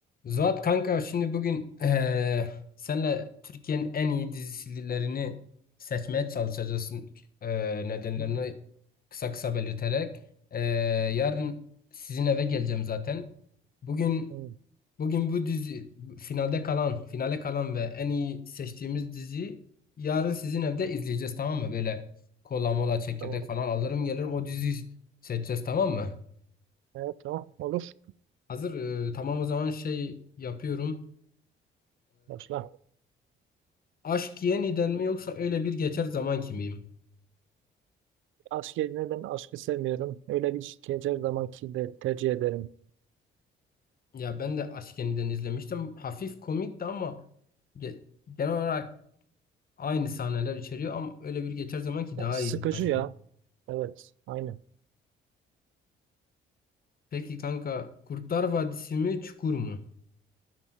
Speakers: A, on the left (about 50°); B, on the right (about 80°).
A: Zuhat kanka şimdi bugün eee senle Türkiye'nin en iyi dizilerini seçmeye çalışacağız. Eee, nedenlerini kısa kısa belirterek. Eee, yarın sizin eve geleceğim zaten. Bugün
B: Hmm,
A: bugün bu dizi finalde kalan, finale kalan ve en iyi seçtiğimiz diziyi yarın sizin evde izleyeceğiz tamam mı? Böyle kola
B: evet,
A: mola çekirdek
B: tamam.
A: falan alırım gelirim o diziyi seçeceğiz tamam mı?
B: Evet tamam olur.
A: Hazır eee, tamam o zaman şey yapıyorum.
B: Başla.
A: Aşk Yeniden mi yoksa öyle bir geçer zaman kimiyim?
B: Aşk yerine ben aşkı sevmiyorum. Öyle bir şikayet her zamanki de tercih ederim.
A: Ya ben de Aşk Yeniden izlemiştim. Hafif komikti ama ge- genel olarak aynı sahneler içeriyor ama öyle bir geçer zaman ki
B: Ya,
A: daha
B: sıkıcı
A: iyiydi sanki.
B: ya. Evet aynı.
A: Peki kanka Kurtlar Vadisi mi Çukur mu?